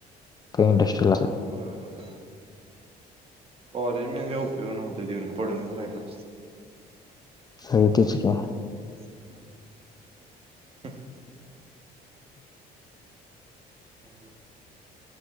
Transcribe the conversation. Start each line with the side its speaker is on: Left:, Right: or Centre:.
Left: काय इंडस्ट्रीला
Right: होय होय होय कॉलेज म्हणजे उपयोग नव्हता देऊन पडूनच राहिल असतं.
Left: हाय. तेच की मग
Right: हमम हम,